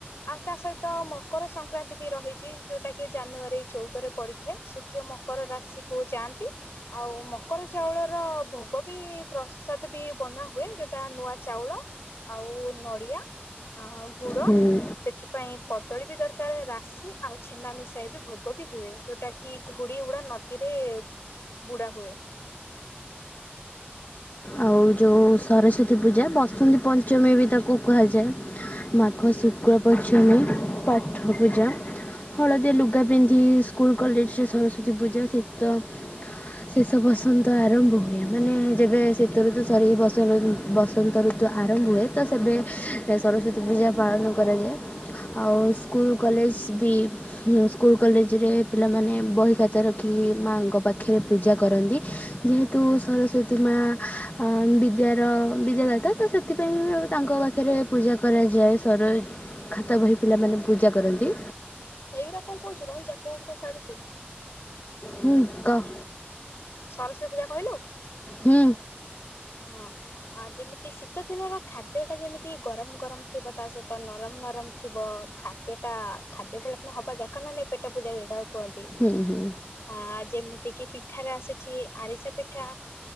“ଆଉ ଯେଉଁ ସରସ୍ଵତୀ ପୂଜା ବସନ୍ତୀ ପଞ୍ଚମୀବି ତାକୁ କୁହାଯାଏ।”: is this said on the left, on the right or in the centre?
Left